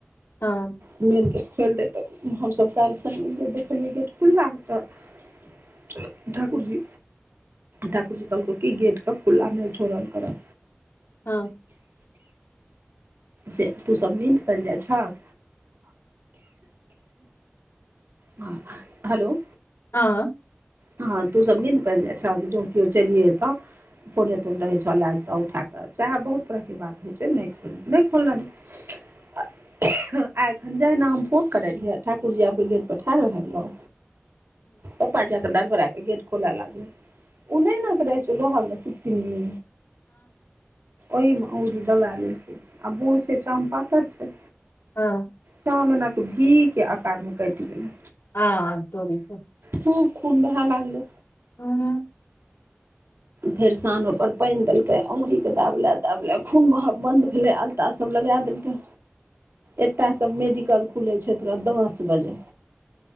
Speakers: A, on the left (about 65°); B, on the right (about 60°).
A: हँ।
B: मेन गेट खोइल दैतऽ हमसभ काल्हि खन एलियय देखलियै गेट खुल्ला तऽ। ठाकुर जी। ठाकुर जी कहलकौ की गेट क खुल्ला नय छोड़ल करा।
A: हँ।
B: से तू सभ नींद पैर जाय छहक। ह हेलो।
A: हँ।
B: हँ तू सभ नींन्द पैड़ जाय छहक जौं कियो चलिये एता। फोने तोन रहय छै लाय जेता उठा के चाहे बहुत तरह के बात होइ छै। ते नय खोलने रहय आय खन जैहना हम फोन। करय रिहय ठाकुर जी आइब के गेट पर ठाढ़ भय गेलौ। पप्पा जै के। धरफरै के गेट खोलै लागलौ। ऊ नै एना क रहय छौ लोहा वला छिटकिनि। ओहि मे अंगूरी दबा गेलौ आ बुूढ़ छै चाम पातर छै।
A: हँ।
B: चाम एना क भी के आकार में कैट गेलय।
A: आ तोरी।
B: खूब खून बहय लागलौ।
A: ओ।
B: फेर साँन ओय पर पैन देलकय औंगरी के दाबले दाबले खून बहब बंद। भेलय अलता सभ लगा देलकैय। एतय सभ मेडिकल खुलय छय तोरा दस बजे।